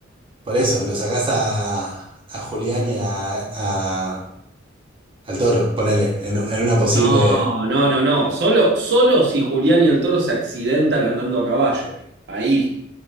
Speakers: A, on the right; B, on the right.
A: Por eso, lo sacás a, a Julián y a, a- al Toro, ponele, en, u- en una posible.
B: No, no, no, no, solo, solo si Julián y el Toro se accidentan andando a caballo. Ahí,